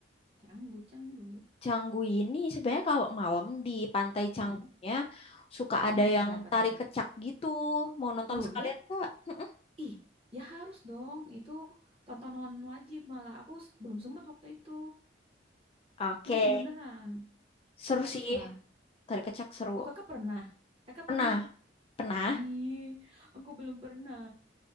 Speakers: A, on the right; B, on the left.
A: canggu canggu.
B: Canggu ini sebenarnya kalau malam di Pantai Canggunya
A: Mm-mm,
B: suka
A: mm-mm.
B: ada yang
A: Ada apa
B: tarik
A: tuh?
B: kecak gitu. Mau nonton
A: Oh
B: sekalian
A: ya,
B: Kak? Mm-mm.
A: ih ya harus dong itu tontonan wajib malah aku s- belum sempat waktu itu.
B: Oke,
A: Mm, beneran,
B: Seru
A: haruslah.
B: sih. Tarik kecak seru.
A: Oh, kakak pernah? Kakak
B: Pernah,
A: pernah?
B: pernah.
A: Ih, aku belum pernah.